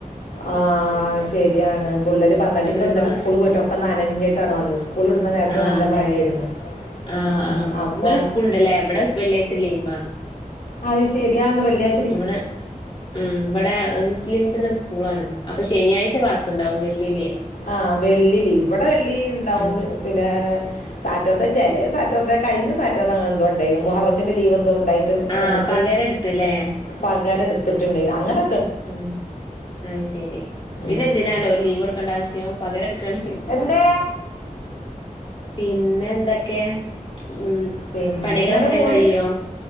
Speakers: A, on the left; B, on the left.
A: ആഹ് ശരിയാണ് പുള്ളേര് പറഞ്ഞാല് ഇപ്പ
B: ഒരുപാട്
A: ഇന്നലെ സ്കൂള് പോയിട്ട നനഞ്ഞിട്ടാണ് വന്നത്. സ്കൂൾ വിടുന്ന നേരത്ത്
B: ആഹ്
A: നല്ല
B: അതെ
A: മഴയായിരുന്നു
B: അതെ ആഹ്
A: ഉം,
B: ആഹ്
A: അപ്പോൾ
B: ഇന്നലെ സ്കൂൾ ഉണ്ടല്ലേ എവിടെ വെള്ളിയാഴ്ച ലീവ് ആണ്.
A: അത് ശരിയാ എന്താ വെള്ളിയ
B: ഇവിടെ ഉം ഇവിടെ മുസ്ലിംസിന്റെ സ്കൂളാണ് അപ്പൊ ശനിയാഴ്ച ക്ലാസ് ഉണ്ടാവും വെള്ളിലീവ്.
A: ആഹ് വെള്ളി ലീവ് ഇവിടെ വെള്ളി ഇണ്ടാവും
B: ഉം
A: പിന്നെ- സാറ്റർഡേ ചെലേ സാറ്റർഡേ കഴിഞ് സാറ്റഡേ അങ്ങെ എന്തോ ഉണ്ടായിരുന്നു മുഹറത്തിന്റെ ലീവ എന്തോ ഉണ്ടായി
B: ആഹ്
A: നമുക്ക്
B: പകരം എടുത്തുല്ലേ
A: പകരം എടുത്തിട്ടുണ്ടയ്ന്നു അങ്ങനെ
B: ആഹ് അത് ശരി പിന്നെ
A: ഉം.
B: എന്തിനാല് ഒരു ലീവ് എടുക്കേണ്ട ആവശ്യവും പകരം എടുക്കയാണെങ്കി-
A: എന്തേ
B: പിന്നെ എന്തൊക്കെയാ ഉം
A: പിന്നെ
B: പണികളൊക്കെ
A: ഇങ്ങനെ
B: വേഗം
A: പോണ്
B: കഴിയോ